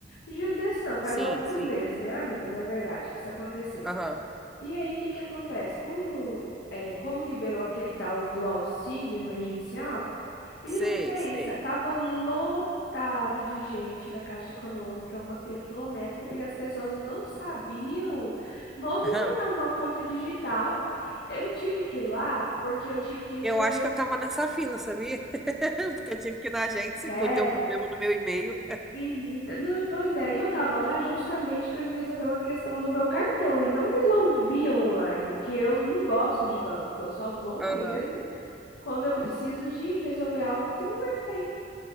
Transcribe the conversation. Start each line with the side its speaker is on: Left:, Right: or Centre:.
Left: Uns dias desses não, faz
Centre: sim,
Left: alguns
Centre: sim.
Left: meses, né, amiga? Na verdade, que isso aconteceu.
Centre: Aham,
Left: E aí, o que que acontece? Com, eh, como liberou aquele tal do auxílio emergencial, Menina,
Centre: sei,
Left: pensa,
Centre: sei.
Left: tava lotado de gente na Caixa Econômica, uma fila quilométrica, porque as pessoas não sabiam movimentar
Centre: Aham.
Left: uma conta digital. Eu tive que ir lá porque eu tive que resolver
Centre: Eu acho
Left: um
Centre: que eu tava nessa fila, sabia? <laughs> Porque eu tive que ir na agência,
Left: sério.
Centre: que deu problema no meu e-mail.
Left: Menina, não, pois é, e eu tava lá justamente para me resolver uma questão do meu cartão e não resolvia online, que eu não gosto de banco, eu só vou
Centre: Aham,
Left: mesmo quando eu preciso de resolver algo que não é feito